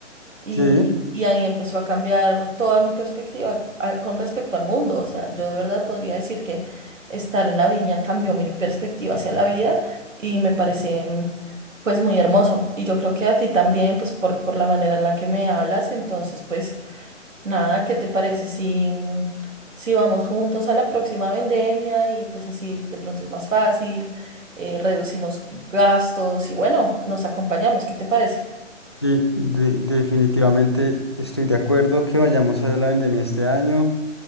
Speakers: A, on the right; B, on the left.
A: y,
B: Sí,
A: y ahí empezó a cambiar toda mi perspectiva a- con respecto al mundo. O sea, yo de verdad podría decir que estar en la viña cambió mi perspectiva hacia la vida y me parece mm, pues muy hermoso. Y yo creo que a ti también, pues por, por la manera en la que me hablas, entonces pues... Nada, ¿qué te parece si, mm, si vamos juntos a la próxima vendemia y pues así de pronto es más fácil, eh, reducimos gastos y bueno, nos acompañamos, ¿qué te parece?
B: sí, de- definitivamente estoy de acuerdo que vayamos a la vendemia este año